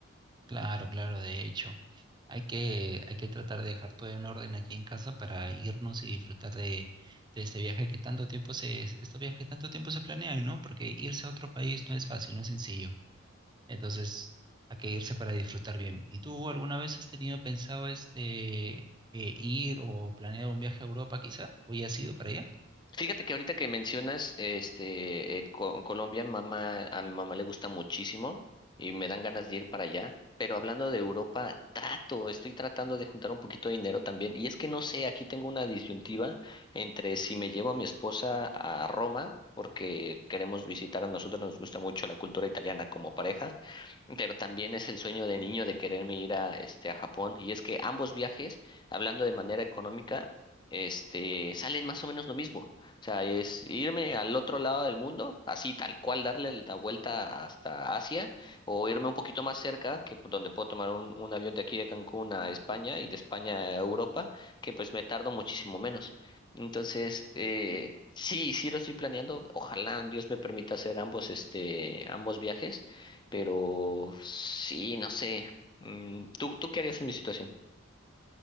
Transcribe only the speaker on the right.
Claro, claro, de hecho, hay que, hay que tratar de dejar todo en orden aquí en casa para irnos y disfrutar de, de este viaje que tanto tiempo se, estos viajes que tanto tiempo se planean, ¿no? Porque irse a otro país no es fácil, no es sencillo. Entonces, hay que irse para disfrutar bien. ¿Y tú alguna vez has tenido pensado este eh, ir o planeado un viaje a Europa quizá? ¿O ya has ido para allá?